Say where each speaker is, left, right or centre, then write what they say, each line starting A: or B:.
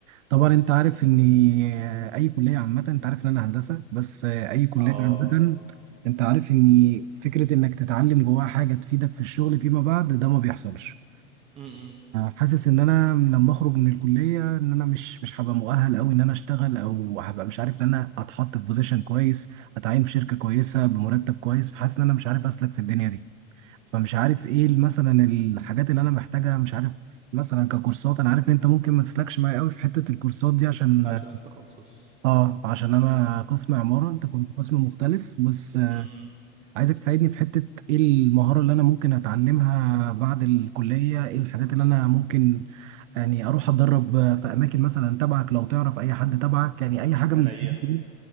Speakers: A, on the right (about 70°); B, on the right (about 15°).
A: طبعا انت عارف ان اي كليه عامه انت عارف ان انا هندسه بس اي كليه
B: اه
A: عامه انت عارف ان فكره انك تتعلم جواها حاجه تفيدك في الشغل فيما بعد ده ما بيحصلش
B: م-م.
A: حاسس ان انا لما اخرج من الكليه ان انا مش مش هبقى مؤهل قوي ان انا اشتغل او هبقى مش عارف ان انا اتحط في بوزيشن كويس اتعين في شركه كويسه بمرتب كويس فحاسس ان انا مش عارف اسلك في الدنيا دي فمش عارف ايه مثلا الحاجات اللي انا محتاجها مش عارف مثلا ككورسات انا عارف ان انت ممكن ما تسلكش معايا قوي في حته الكورسات دي عشان
B: عشان التخصص
A: اه عشان انا قسم عمارة انت كنت قسم مختلف بس آه،
B: م-م.
A: عايزك تساعدني في حتة ايه المهارة اللي انا ممكن اتعلمها بعد الكلية ايه الحاجات اللي انا ممكن يعني اروح اتدرب آه، في اماكن مثلا تبعك لو تعرف اي حد تبعك يعني اي حاجة
B: انا
A: من الحاجات
B: إيه؟
A: دي